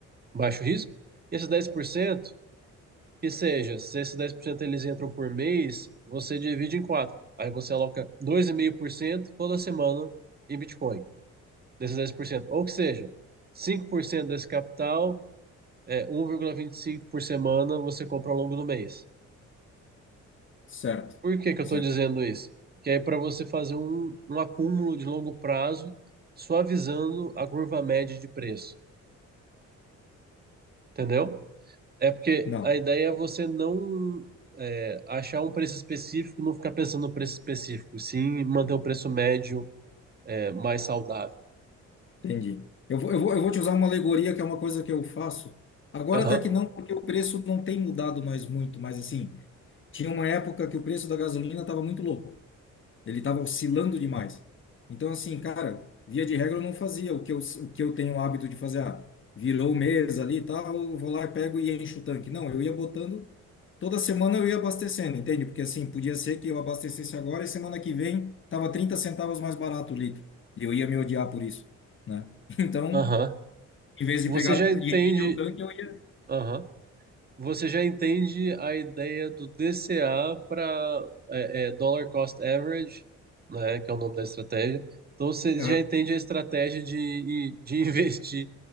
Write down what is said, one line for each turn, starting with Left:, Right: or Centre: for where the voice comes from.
Right: baixo risco. esses dez por cento que seja, se esses 10% eles entram por mês, você divide em quatro. Aí você aloca dois e meio por cento toda semana em Bitcoin, desses dez por cento Ou que seja, 5% desse capital, é, um 1,25 por cento por semana você compra ao longo do mês.
Left: certo.
Right: Por que que eu
Left: Certo.
Right: estou dizendo isso? Que é para você fazer um, um acúmulo de longo prazo, suavizando a curva média de preço. Entendeu? É porque
Left: Não.
Right: a ideia é você não é, achar um preço específico, não ficar pensando no preço específico, sim manter o preço médio é, mais saudável.
Left: Entendi. Eu vou, eu vou, eu vou te usar uma alegoria que é uma coisa que eu faço. Agora
Right: Aham,
Left: até que não, porque o preço não tem mudado mais muito, mas assim, tinha uma época que o preço da gasolina estava muito louco. Ele estava oscilando demais. Então, assim, cara, via de regra eu não fazia o que eu, o que eu tenho o hábito de fazer. Ah, virou mesa ali e tal, eu vou lá e pego e encho o tanque. Não, eu ia botando, toda semana eu ia abastecendo, entende? Porque assim, podia ser que eu abastecesse agora e semana que vem tava 30 centavos mais barato o litro. E eu ia me odiar por isso, né? <laughs> Então,
Right: aham.
Left: em vez
Right: Você
Left: de pegar
Right: já entende,
Left: e encher o tanque, eu ia.
Right: aham. Você já entende a ideia do DCA para Dollar Cost Average, né, que é o nome da estratégia. Então você
Left: Ah,
Right: já entende a estratégia de, de <laughs> investir